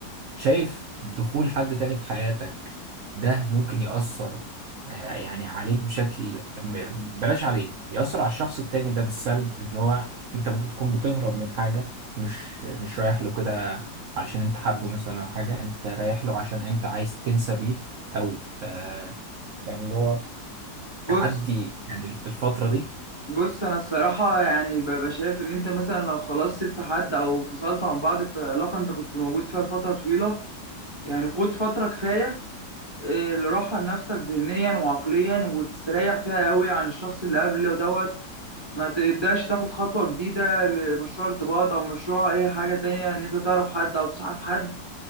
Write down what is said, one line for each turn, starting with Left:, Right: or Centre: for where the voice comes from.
Right: شايف دخول حد تاني في حياتك ده ممكن يأثر آه، يعني عليك بشكل م- بلاش عليك يأثر على الشخص التاني ده بالسلب ان هو انت ممكن تكون بتهرب من حاجة مش مش رايح له كده علشان انت حابه مثلا او حاجة انت رايح له عشان انت عايز تنسى بيه او آه يعني اللي هو تعدي
Left: بص
Right: يعني الف- الفترة دي
Left: بص انا الصراحة يعني ببقى شايف ان انت مثلا لو خلاص سبت حد او فصلت عن بعض في علاقة انت كنت موجود فيها لفترة طويلة يعني خد فترة كفاية إيه، لراحة لنفسك ذهنيا وعقليا وتستريح فيها قوي عن الشخص اللي قبل دوت ما تبداش تاخد خطوة جديدة لمشروع ارتباط او مشروع اي حاجة تانية ان انت تعرف حد او تصاحب حد